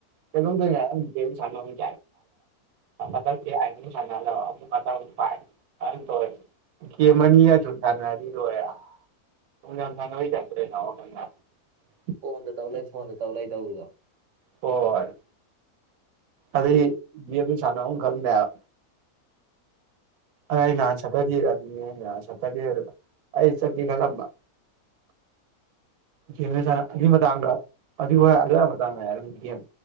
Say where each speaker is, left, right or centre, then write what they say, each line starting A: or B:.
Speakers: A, on the right (about 85°); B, on the right (about 65°).
A: ꯀꯩꯅꯣꯝ ꯇꯧꯔꯤꯉꯩꯗ ꯒꯦꯝ ꯁꯥꯟꯅꯕꯩ <unintelligible> ꯀꯦꯝꯑꯅꯤ <unintelligible> ꯁꯅꯔꯤ ꯂꯣꯔꯦ <unintelligible>
B: ꯐꯣꯟꯗ ꯇꯧ ꯂꯩ ꯐꯣꯟꯗ ꯇꯧ ꯂꯩ ꯇꯧꯕꯗꯣ
A: ꯍꯣꯢ ꯑꯗꯒꯤ ꯁꯅꯕꯝ ꯈꯪꯗꯦ ꯍꯥꯢꯕ ꯑꯥꯏ ꯅꯥꯟ ꯁꯇꯔꯗꯦꯗ ꯁꯠꯇꯔꯗꯦꯗ ꯑꯩ ꯆꯠꯀꯦ ꯈꯜꯂꯝꯕ ꯒꯦꯝꯗꯨ ꯁꯥꯅ ꯑꯗꯨꯢ ꯃꯇꯥꯡꯒ <unintelligible>